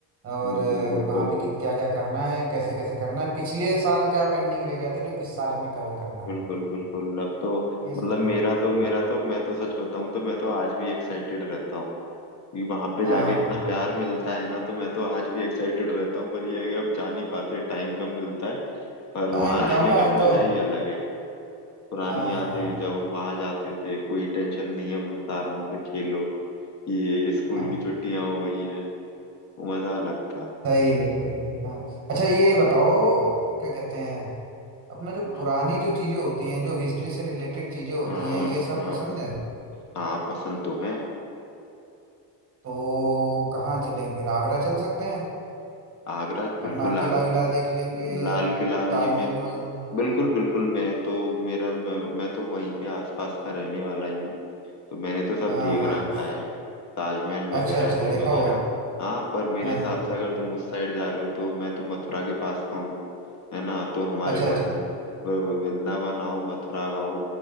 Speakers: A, on the right (about 30°); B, on the left (about 40°).
A: और
B: बिल्कुल
A: अ,
B: बिल्कुल
A: वहाँ पे कित क्या क्या करना है कैसे कैसे करना है पिछले साल क्या पेंडिंग रह गया था जो इस साल हमें कवर करना
B: बिल्कुल
A: है
B: बिल्कुल अब तो
A: ये सब
B: मतलब
A: होने
B: मेरा
A: लग गया
B: तो
A: था
B: मेरा तो मैं तो सच बताऊं तो मैं तो आज भी एक्साइटेड रहता हूँ क्योंकि वहां पे
A: हाँ
B: जाके इतना प्यार मिलता है ना तो मैं तो आज भी एक्साइटेड रहता हूँ पर ये है कि अब जा नहीं पाते टाइम कम मिलता है पर
A: टाइम
B: वहां जाने
A: कम है
B: का मजा
A: तो
B: ही अलग है पुरानी
A: हाँ
B: यादें
A: यार
B: जब हम वहां जाते थे कोई टेंशन नहीं है मस्त आराम से खेलो ये स्कूल
A: हाँ
B: की छुट्टियां हो गई हैं वो मजा अलग था
A: सही है सही है, हाँ अच्छा ये बताओ क्या कहते हैं अपना जो
B: हाँ
A: पुरानी जो चीज़ें होती हैं जो हिस्ट्री से रिलेटेड चीज़ें होती
B: हाँ
A: हैं ये सब
B: हाँ
A: पसंद है
B: हाँ पसंद तो है
A: तो कहाँ चलें फिर आगरा चल सकते हैं
B: आगरा बिल्कुल
A: अपना
B: आगरा
A: किला विला देख लेंगे
B: लाल
A: और
B: किला
A: ताजमहल
B: ये मैं
A: वगैरह हाँ
B: बिल्कुल बिल्कुल मैं तो मेरा मैं, मैं तो वहीं के आसपास का रहने वाला ही हूँ तो मैंने तो सब
A: हाँ
B: देख
A: हाँ
B: रखा है ताजमहल वगैरह
A: अच्छा अच्छा
B: ये
A: देखा
B: वगैरह
A: हुआ है।
B: हाँ पर मेरे
A: हाँ
B: हिसाब
A: हाँ
B: से अगर तुम उस साइड जा रहे हो तो मैं तो मथुरा के पास का हूँ है ना तो हमारे
A: अच्छा
B: वृंदा
A: अच्छा
B: व- वृंदावन आओ मथुरा आओ